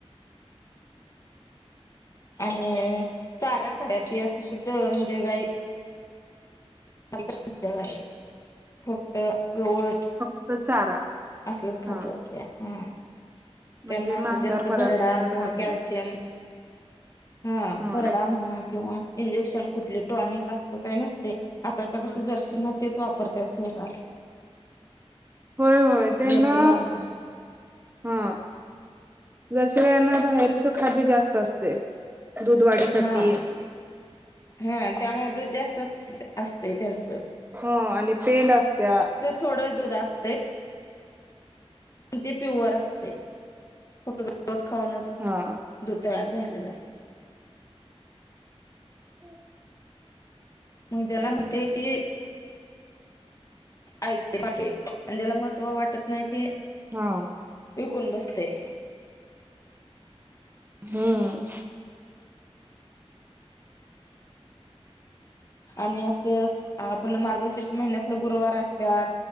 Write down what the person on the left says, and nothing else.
आणि चारा खऱ्याची, असं शुद्ध म्हणजे गायी <unintelligible> गाई. फक्त गवत
असलच खात
असत्या. हम्म.
त्यांना असं
जास्त
भरडा
किंवा
कॅल्शियम
ह,
भरडा म्हणा किंवा इंजेक्शन कुठले. टॉनिक असतय का नसतय? आताच्या कसं
जर्शींना तेच वापर पर त्यात सररास.
जर्शी गायांना
हा हा त्यामुळे दूध जास्तच असतय त्यांचं.
थोड दुध असतय. आणि ते प्युअर असते. फक्त गवत खाऊनच
दूध तयार झालेलं असते.
मग त्याला माहीतीय ती ऐकते. ज्याला महत्त्व वाटत नाही ते
विकून बसतय.
आणि असं आपलं मार्गशीर्ष महिन्यातलं गुरुवार असत्यात.